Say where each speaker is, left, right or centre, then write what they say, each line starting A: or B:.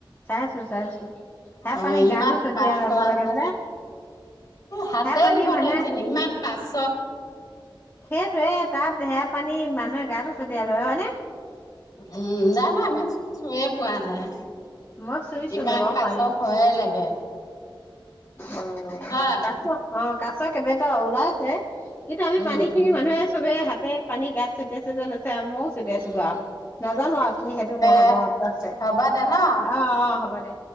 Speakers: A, on the left (about 25°); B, on the left (about 45°).
A: চাইছো চাইছো সেয়া
B: অ
A: পানী
B: ইমান
A: গাটো ছটিয়াই
B: কাচ
A: লব
B: আছে
A: লাগে বোলে
B: হাতে
A: সেয়া পানী
B: দিব
A: মানুহে
B: নোৱাৰিছিল ইমান কাছ।
A: সেইটোোৱয়ে তাত ধেৰা পানী মানুহে গাটো ছটিয়াই লয় হয়নে
B: উম ন ন আমি চয়ে পোৱালাই
A: মই চুইছোগৈ
B: ইমান
A: বাৰু
B: কাছ
A: পানীটো
B: ভয়ে লাগে
A: অ
B: হয়
A: কাছ অ কাছ কেইবটা ওলাই আছে কিন্তু আমি
B: উম
A: পানী
B: উম
A: খিনি মানুহে চবে হাতে পানী গাত ছটিয়াই চটিয়াই লৈছে ময়ও ছটিয়াইছো
B: উম
A: গা নাজানো আৰু কি সেইটো
B: দে
A: মহত্ব আছে
B: হ'ব দে ন
A: অহ অ হ'ব দে